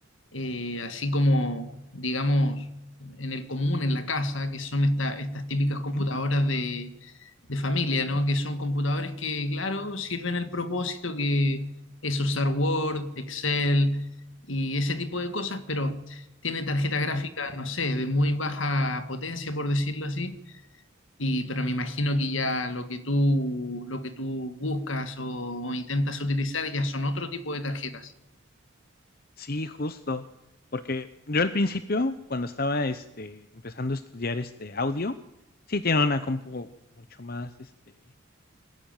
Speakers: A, on the left; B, on the left.
A: eh, así como, digamos, en el común, en la casa, que son esta- estas típicas
B: Ujú,
A: computadoras de, de familia, ¿no? Que son computadores que, claro, sirven el propósito que es usar Word, Excel y ese tipo de cosas, pero tiene tarjeta gráfica,
B: ujú.
A: no sé, de muy baja potencia, por decirlo así. Y, pero me imagino que ya lo que tú, lo que tú buscas o, o intentas utilizar ya son otro tipo de tarjetas.
B: Sí, justo, porque yo al principio, cuando estaba, este, empezando a estudiar, este, audio, sí tenía una compu mucho más, este,